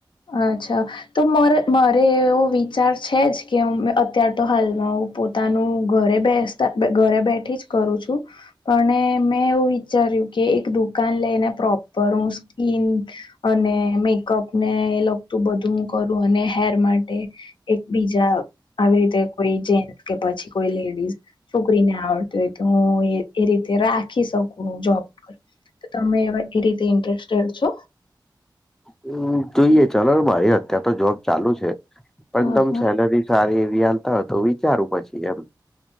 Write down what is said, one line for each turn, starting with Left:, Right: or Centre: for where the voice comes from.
Left: અચ્છા તો મારે એવો વિચાર છે જ કે અત્યાર તો હાલમાં હું પોતે પોતાનું ઘરે બેસતા ઘરે બેઠી જ કરું છું પણ મેં એવું વિચાર્યું કે એક દુકાન લઈને પ્રોપર હું સ્કીન અને મેકઅપ ને એ લગતું બધું હું કરું અને હેર માટે એક બીજા આવી રીતે કોઈ જેન્ટ કે પછી કોઈ લેડીસ છોકરીને આવડતી હોય તો હું એ રીતે રાખી શકું જોબ તમે એ રીતે ઇન્ટરેસ્ટેડ છો
Centre: હમ્મ જોઈએ ચલો મારી અત્યાર તો જોબ ચાલુ છે
Left: હ
Centre: પણ તમે
Left: હ
Centre: સેલરી સારી એવી હાલતા હો તો વિચારું પછી એમ